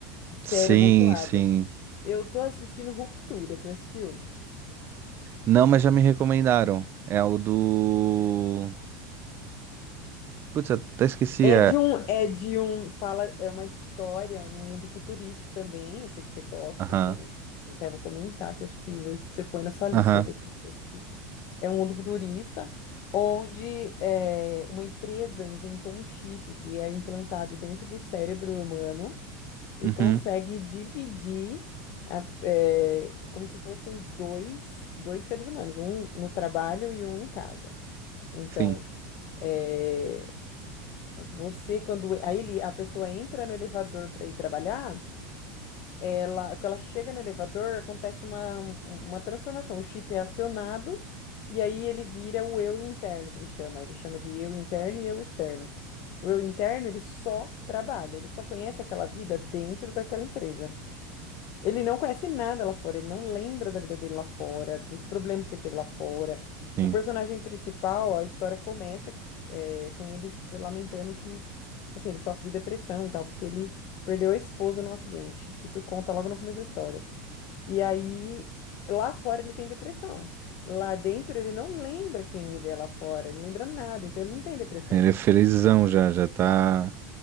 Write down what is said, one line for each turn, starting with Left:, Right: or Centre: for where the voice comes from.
Left: série
Right: Sim,
Left: amontoada.
Right: sim.
Left: Eu tô assistindo Ruptura, você assistiu?
Right: Não, mas já me recomendaram. É o do. Putz, eu até esqueci.
Left: É
Right: É.
Left: de um, é de um, fala, é uma história num mundo futurista também. Eu sei que você gosta,
Right: Aham,
Left: então eu até vou comentar, que acho que você põe na sua lista
Right: aham.
Left: aí depois pra você assistir. É um mundo futurista onde é, uma empresa inventou um chip que é implantado dentro do cérebro humano e
Right: Uhum.
Left: consegue dividir a- é, como se fossem dois, dois seres humanos, um no trabalho e um em casa. Então,
Right: Sim,
Left: é, você quando aí ele, a pessoa entra no elevador para ir trabalhar ela, quando ela chega no elevador, acontece uma, um- uma transformação. O chip é acionado e aí ele vira o eu interno, que ele chama. Ele chama de eu interno e eu externo. O eu interno, ele só trabalha, ele só conhece aquela vida dentro daquela empresa. Ele não conhece nada lá fora, ele não lembra da vida dele lá fora, dos problemas que ele teve lá fora.
Right: sim.
Left: O personagem principal, a história começa é, com ele se lamentando que, assim, ele sofre de depressão e tal, porque ele perdeu a esposa num acidente. Isso conta logo no começo da história. E aí, lá fora ele tem depressão. Lá dentro ele não lembra quem ele é lá fora, ele não lembra nada, então ele não tem depressão.
Right: Ele é felizão já, já tá.